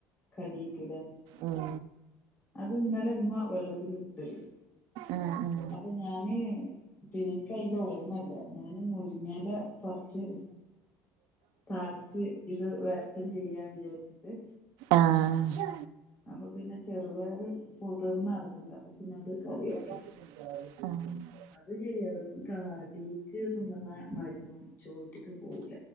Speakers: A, on the left; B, on the right.
A: കടീക് ലെ
B: ഉം
A: അത് ഇന്നലെ മ്മ വെള്ളത്തിലിട്ട്.
B: ആഹ് അഹ്
A: അപ്പൊ ഞാന് പിന്നെനിക്ക് അയ്ന്റെ ഓർമ്മല്ല ഞാന് മുരിങ്ങാല പറിച്. താളിച് ഇത് വരട്ടും ചെയ്യാ വിചാരിച്ചിട്ട്.
B: ആഹ്
A: അപ്പൊ പിന്നെ ചെറുപയർ പുതിർന്ന് അടക്ക്ണ്ട് അപ്പൊ പിന്നെ അത് കറിയാക്കി
B: ആഹ്
A: അത് ശെരിയാണ് കടീക്ക് തിന്ന്ണ മാരിയൊന്നും ചോറ്റിക്ക് പോവൂല.